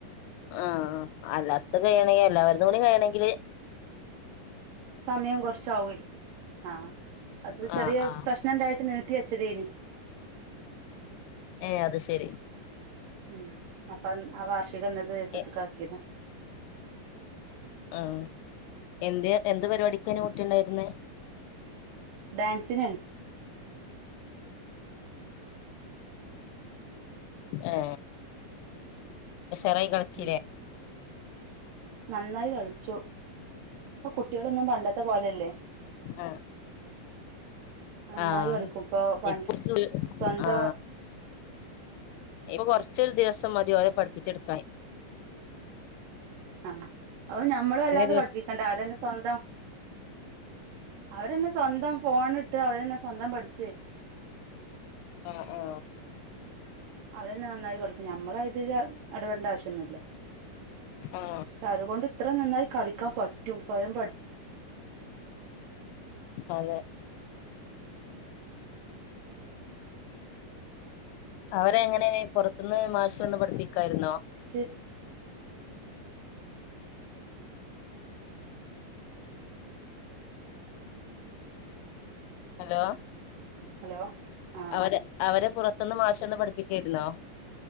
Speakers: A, on the left (about 80°); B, on the right (about 75°).
A: ആഹ് അല്ലാതും കയ്യണെങ്കി എല്ലാവര്തൂടിം കയ്യണെങ്കില്
B: സമയം കൊറച്ചാവൊയ് ആ അത് ചെറിയ
A: ആ ആ
B: പ്രശ്ണണ്ടായിട്ട് നീ ട്ടി വെച്ചതേനി
A: ഏ അത് ശരി
B: ഉം അപ്പ ആ വാർഷികം ഇന്നന്നെ ദിവസത്ത്കാക്കിയേതാ
A: എ ആ എന്ത് എന്ത് പരിവാടിക്കേനു കുട്ടിണ്ടായിര്ന്ന്
B: ഡാൻസിനേണ്
A: ഏ ഉശാറായി കളിച്ചിലേ
B: ഉം നന്നായി കളി ച്ചു ഇപ്പ കു ട്ട്യേളൊന്നും പണ്ടത്തെ പോലെല്ലെ
A: ആ
B: നന്നായി
A: ആ
B: കളിക്കും പ്പൊ പണ്ട്
A: ഇപ്പക്ക്
B: സ്വന്ത
A: ആ ഇപ്പൊ കൊർച്ചൊരു ദിവസം മതി ഓലെ പടിപിചെട്കാന്
B: ആഹ് അവും ഞമ്മള് വല്ലാതെ
A: ദിവസം
B: പടിപ്പിക്കണ്ട അതന്നെ സ്വന്തം അവരെന്നെ സ്വന്തം ഫോണ് ട്ട് അവരെന്നെ സ്വന്തം പട്ചെ
A: ആ ആ
B: അതെന്നെ നന്നായി കളികും ഞമ്മളതിജെ എടപെടണ്ട ആവിശ്യ ന്നുല്യ
A: ആ
B: ശര്കൊണ്ട് എത്ര നന്നായി കളിക്കാൻ പറ്റും സ്വയം പഠി
A: അതെ അവരെങ്ങനേനി പൊറ്ത് ന്ന് മാഷ് വന്ന് പടിപികായിരുന്നോ
B: ച്
A: ഹലോ
B: ഹലോ ആഹ്
A: അവരെ അവരെ പുറ ത് ന്ന് മാഷ് വന്ന് പടിപികേയിരുന്നോ